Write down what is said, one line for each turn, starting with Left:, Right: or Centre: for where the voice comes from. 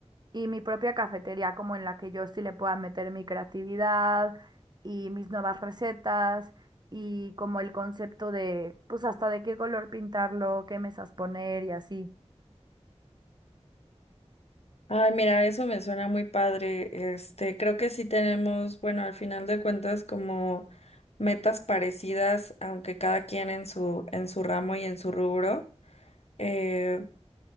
Right: y mi propia cafetería como en la que yo sí le pueda meter mi creatividad y mis nuevas recetas y como el concepto de pues hasta de qué color pintarlo, qué mesas poner y así.
Left: Ay, mira, eso me suena muy padre. Este, creo que sí tenemos, bueno, al final de cuentas como metas parecidas, aunque cada quien en su en su ramo y en su rubro. Eh,